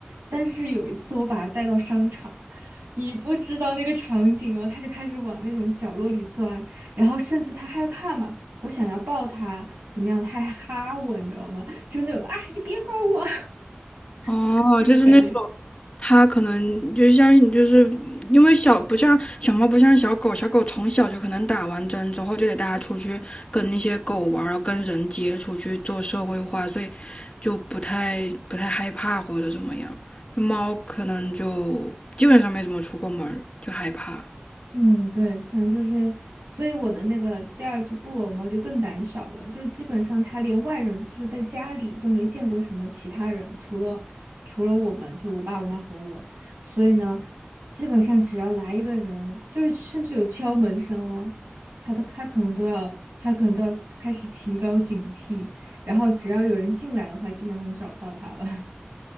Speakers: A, on the right; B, on the left.
A: 但是有一次我把他带到商场，你不知道那个场景哦，他就开始往那种角落里钻，然后甚至他害怕嘛，我想要抱他，怎么样，他还哈我，你知道吗？真的种啊，你别管我
B: 哦，
A: <laughs> 那种感觉。
B: 就是那种，它可能就像就是因为小不像小猫不像小狗，小狗从小就可能打完针之后就得大家出去跟那些狗玩儿，然后跟人接触去做社会化，所以就不太不太害怕或者怎么样。那猫可能就基本上没怎么出过门儿，就害怕。
A: 嗯，对，可能就是，所以我的那个第二只布偶猫就更胆小了，就基本上它连外人，就是在家里都没见过什么其他人，除了除了我们，就我爸、我妈和我。所以呢，基本上只要来一个人，就是甚至有敲门声哦，它都它可能都要，它可能都要开始提高警惕，然后只要有人进来的话，基本上就找不到它了。<laughs>